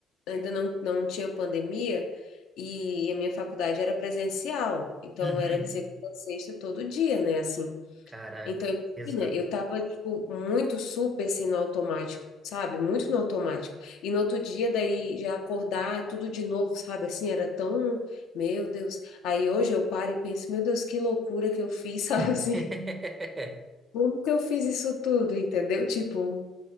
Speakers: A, on the left; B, on the right.
A: ainda não, não tinha pandemia e a minha faculdade era presencial, então
B: Uhum.
A: era de segunda a sexta todo dia, né, assim.
B: Caraca,
A: Então,
B: pesado.
A: imagina, eu tava, tipo, muito super, assim, no automático, sabe? Muito no automático. E no outro dia, daí, já acordar, tudo de novo, sabe? Assim, era tão... Meu Deus. Aí hoje eu paro e penso, meu Deus, que loucura que eu fiz, <laughs> sabe?
B: <laughs>
A: Assim, como que eu fiz isso tudo, entendeu? Tipo,